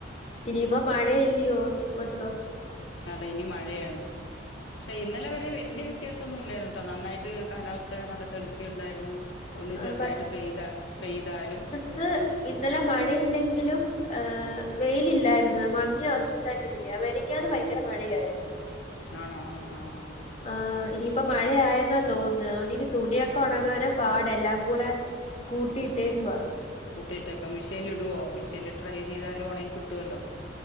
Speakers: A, on the left; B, on the left.
A: ഇനീപ മഴെ ഇല്ലയോ മൊത്തം
B: അതെ ഇനി മഴയാണ് പക്ഷെ ഇന്നലെ വരെ വലിയ വ്യത്യാസംന്നും ഇല്ലായിരട്ടോ നന്നായിട്ട് കാലാവസ്ഥയൊക്കെ നല്ല തെളിച്ചുണ്ടായിരുന്നു ഒന്ന്
A: ആഹ്
B: ചെറുതായിട്ട് പെയ്താ പെയ്താലും
A: ക്ക് ഇന്നലെ മഴയില്ലെങ്കിലും ഹ വെയിലില്ലായിരുന്നു മങ്ങിയ അവസ്ഥയി തന്ന ഇരുന്ന മിനങ്ങാതെ ഭയങ്കര മഴയായിരുന്നു <inaudible>
B: ആണോ ആഹ് ആഹ്
A: ആഹ് ഇനിയിപ്പ മഴയായെന്നാ തോന്നുന്നത് അതുകൊണ്ട് ഇനി തുണിയൊക്കെ ഉണങ്ങാനോ പാട് അടെ എല്ലാം കൂടെ കൂട്ടിയിട്ടേക്കവാ
B: കൂട്ടിട്ടേക്ക മിഷനിൽ ഇടുവോ മിഷീനിൽട്രൈ ചെയ്താലോ ഉണെങ്കി കിട്ടുവല്ലോ